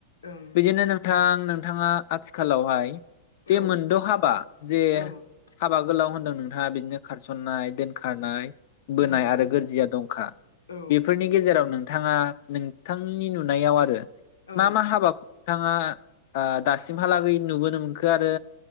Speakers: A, on the left; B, on the left.
A: ओं
B: बिदिनो नोंथां नोंथाङा आथिखालावहाय बे
A: औ
B: मोनद' हाबा जे
A: औ ओं
B: हाबा गोलाव होनदों नोंथाङा बिदिनो खारसननाय दोन खारनाय बोनाय
A: ओं
B: आरो गोरजिया दंखा
A: औ
B: बेफोरनि गेजेराव नोंथाङा नों बिथांनि नुनायाव आरो
A: औ
B: मा मा हाबाख नोंथाङा ओ दासिमहालागै नुबोनो मोनखो आरो